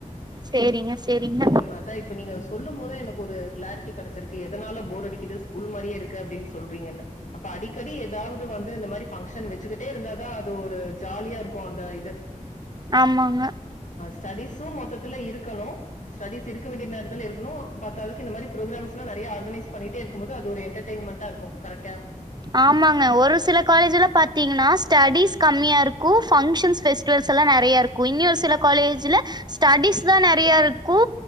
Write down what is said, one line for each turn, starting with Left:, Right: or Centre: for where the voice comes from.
Right: சேரிங்க சேரிங்க
Left: ம் அதா இப்ப நீங்க சொல்லும் போதே எனக்கு ஒரு கிளாரிட்டி கெடச்சிருக்கு எதனால போர் அடிக்குது ஸ்கூல் மாரியே இருக்கு அப்டின்னு சொல்றீங்கன்னு அப்ப அடிக்கடி ஏதாவது வந்து இந்த மாறி ஃபங்கஷன் வச் சுக்கிட்டே இருந்தாதா அது ஒரு ஜாலியா இருக்கு அந்த இது
Right: ஆமாங்க
Left: ஸ்டடீஸும் மொத்ததுல இருக்கணு ஸ்டடீஸ் இருக்க வேண்டிய நேரத்துல இருக்குனு பத்தாதுக்கு இந்த மாறி ப்ரோக்ராம்ஸ் லாம் நறியா ஆர்கனைஸ் பண்ணிகிட்டே இருக்கும் போது அது ஒரு என்டர்டெய்ன்மெண்டா இருக்கு கரெக் ட்டா
Right: ஆமாங்க ஒரு சில காலேஜ்ல பாத்தீங்கன்னா ஸ்டடிஸ் கம்மியா இருக்கு ஃபங்க்ஷன்ஸ் ஃபெஸ்டிவல்ஸ் எல்லா நறையா இருக்கு இன்ஞொர் சில காலேஜ்ல ஸ்டடிஸ் தா ந ஃப்ரீயா இருக்கு